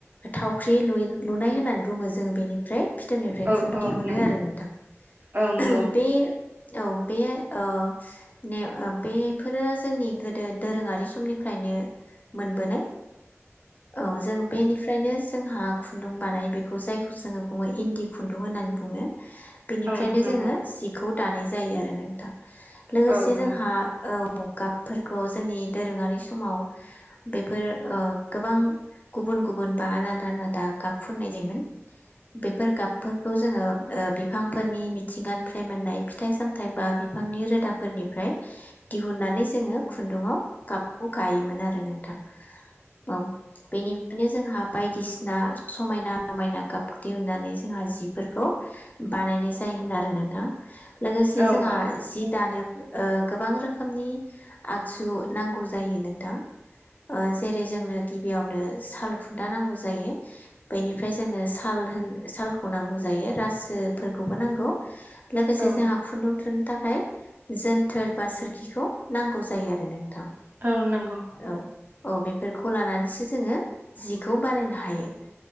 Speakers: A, on the left; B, on the right.
A: थावख्रि लुनाय होननानै बुङो जोङो बेनिफ्राय। फिथोरनिफ्राय
B: औ
A: खुन्दुं।
B: औ
A: मोननो
B: नं
A: आरो नोंथां
B: औ नंगौ
A: बे। औ बे ओ नेम बेफोरो जोंनि गोदो। दोरोङारि समनिफ्रायनो मोनबोनाय। औ जों बेनिफ्रायनो जोंहा खुन्दुं बानाय बेखौ जायखौ जोङो बुङो इन्दि खुन्दुं होननानै बुङो। बुङो। बेनिफ्रायनो
B: औ नंगौ
A: जोङो जिखौ। दानाय जायो आरो नोंथां। लोगोसे
B: औ नंगौ
A: जोंहा औ। गाबफोरखौ जोंनि दोरोङारि समाव बेफोर ओ गोबां गुबुन-गुबुन बा आलादा आलादा गाब फुननाय जायोमोन बेफोर गाबफोरखौ जोङो। ओ बिफांफोरनि मिथिंगानिफ्राय मोननाय फिथाइ साम थाय बा बिफांनि रोदाफोरनिफ्राय। दिहुननानै जोङो खुन्दुाव गाबखौ गायोमोन आरो नों थां औ बेनि माने जोंहा बायदिसिना समायना। समायना गाबखौ दिहुननानै जोंहा जिफोरखौ। बानायनाय जायोमोन आरो नोंथां। लोगोसे
B: औ
A: जोंहा
B: औ
A: जि दानो। ओ गोबां रोखोमनि आगजु नांगौ जायो नोंथां। जेरै जोंनो गिबियावनो साल खुन्दा नांगौ जायो बेनिफ्राय जोंनो साल होन सालखौ नांगौ जायो। रासोफोरखौबो नांगौ। लोगोसे
B: औ
A: जोंहा खुन्दुं थुन थाखाय जोनथोर बा सोरखिखौ नांगौ जायो आरो नों थां
B: औ नंगौ
A: औ-औ बेफोर खौ लानानैसो जोङो जिखौ बानायनो हायो।